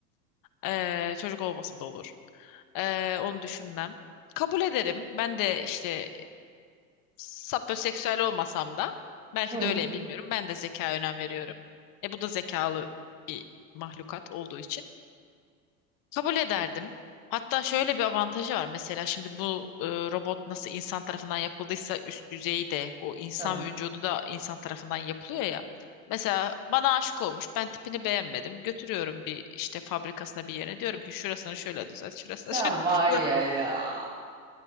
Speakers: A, on the left; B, on the right.
A: Ee, çocuk olmasa da olur. Ee, onu düşünmem. Kabul ederim. Ben de işte sapyoseksüel olmasam da belki
B: Hı.
A: de öyleyim bilmiyorum. Ben de zekaya önem veriyorum. E bu da zekalı bir mahlukat olduğu için. Kabul ederdim. Hatta şöyle bir avantajı var. Mesela şimdi bu e, robot nasıl insan tarafından yapıldıysa üst düzeyi de o insan
B: Tabii.
A: vücudu da insan tarafından yapılıyor ya. Mesela bana aşık olmuş. Ben tipini beğenmedim. Götürüyorum bir işte fabrikasına bir yere. Diyorum ki şurasını şöyle düzelt, şurasını
B: Sen
A: <laughs> şöyle
B: var
A: düzelt.
B: ya ya.